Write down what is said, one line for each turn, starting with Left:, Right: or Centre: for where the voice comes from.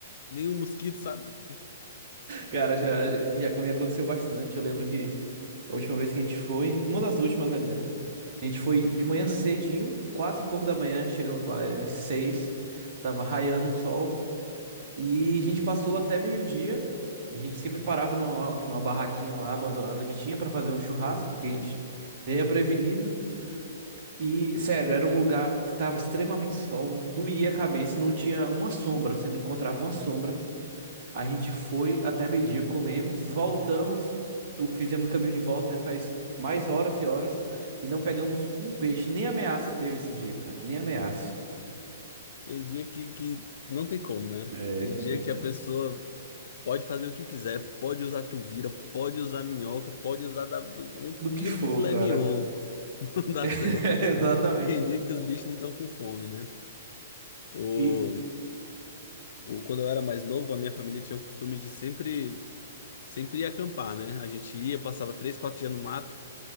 Left: nenhum mosquito, sabe?
Right: Cara, já, já comigo aconteceu bastante. Eu lembro que a última vez que a gente foi, uma das últimas, aliás, a gente foi de manhã cedinho, quatro e pouco da manhã, chegamos lá, às seis, tava raiando o sol. E a gente passou até meio-dia. A gente sempre parava numa, numa barraquinha lá abandonada que tinha pra fazer um churrasco, porque a gente é prevenido. E, sério, era um lugar que tava extremamente sol, doía a cabeça, não tinha uma sombra, você não encontrava uma sombra. A gente foi até meio-dia, comemos, voltamos, o- fizemos o caminho de volta, né? Faz mais horas e horas, e não pegamos um peixe, nem ameaça teve esse dia, cara, nem ameaça.
Left: Tem dia que, que não tem como, né?
Right: É
Left: Tem
Right: complicado.
Left: dia que a pessoa pode fazer o que quiser, pode usar tuvira, pode usar minhoca, pode usar da- um
Right: Do que
Left: quilo
Right: for,
Left: de filé
Right: cara.
Left: mignon. <laughs> Não dá
Right: <laughs>
Left: certo.
Right: Exatamente.
Left: Tem dia que os bichos não estão com fome, né? O,
Right: E.
Left: o, quando eu era mais novo, a minha família tinha o costume de sempre Sempre ia acampar, né? A gente ia, passava três, quatro dias no mato.